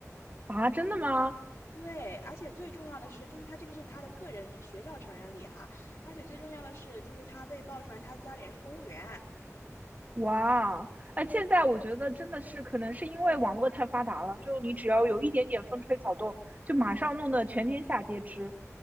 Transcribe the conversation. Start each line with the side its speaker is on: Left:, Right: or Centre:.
Right: 啊，真的吗？
Left: 对，而且最重要的是，就是她这个是她的个人学校成人礼哈，而且最重要的是，就是她被爆出来她家里人是公务员。
Right: 哇，哎，现在我觉得真的是，可能是因为网络太发达了，就你只要有一点点风吹草动，就马上弄得全天下皆知